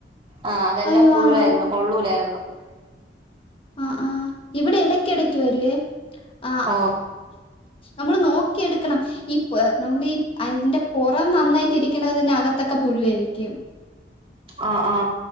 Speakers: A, on the right; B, on the left.
A: ആ അതെല്ലാം
B: അയ്യോ
A: പുഴുവായിരുന്നു
B: ആണോ
A: കൊള്ളൂല്ലായിരുന്നു <inaudible>
B: ആ ആ ഇവിടെ എടയ്ക്കിടയ്ക്ക് വരുവേ ആ
A: ഓഹ്
B: നമ്മള് നോക്കിയെടുക്കണം ഈ നമെ ഈ അതിന്റെ പോ റം നന്നായിട്ട് ഇരിക്കുന്നതിന് അകത്തൊക്കെ പുഴുവായിരിക്കും
A: ആ ആ